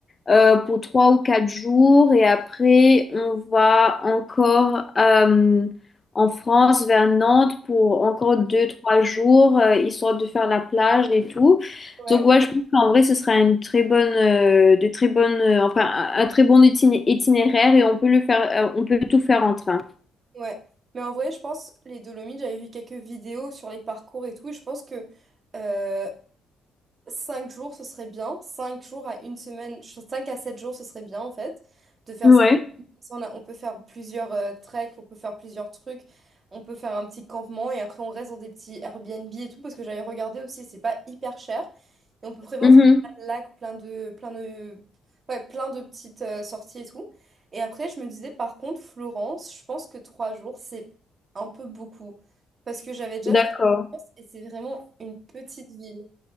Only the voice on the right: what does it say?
ouais,
ouais.
ouais,
ouais. Mais en vrai, je pense, les Dolomites, j'avais vu quelques vidéos sur les parcours et tout, et je pense que euh, 5 jours, ce serait bien. cinq jours à une semaine, 5 à 7 jours, ce serait bien, en fait, de faire
ça. Ça, on a- on peut faire plusieurs euh, treks, on peut faire plusieurs trucs, on peut faire un petit campement et après on reste dans des petits Airbnb et tout parce que j'avais regardé aussi, c'est pas hyper cher et on peut vraiment
faire plein de lacs, plein de, plein de, ouais, plein de petites euh, sorties et tout. Et après, je me disais par contre, Florence, je pense que trois jours c'est un peu beaucoup parce que j'avais déjà fait
Florence et c'est vraiment une petite ville.